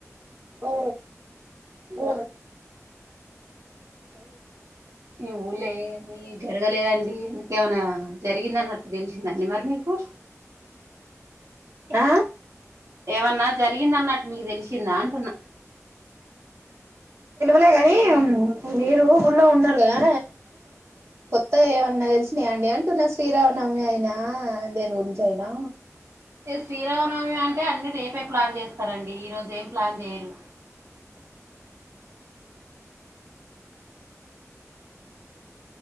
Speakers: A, on the right; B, on the right.
A: ఓ ఓ
B: ఈ ఊళ్ళే ఏమి జరగలేదండి ఇంకమైన జరిగిందన్నార్ దెలిసిందండి మరి మీకు
A: ఆ
B: ఏమన్నా జరిగిందన్నట్టు మీకు దెలిసిందా అంటున్నా
A: లేని మీరు ఊళ్ళో ఉన్నారు కదా కొత్తగా ఏమన్నా తెలిసి అండి అంటున్న శ్రీరామనవమైన దేని గురించి అయినా
B: శ్రీరామనవమి అంటే అన్ని రేపే ప్లాన్ చేస్తారండి ఈరోజు ఏం ప్లాన్ చేయరు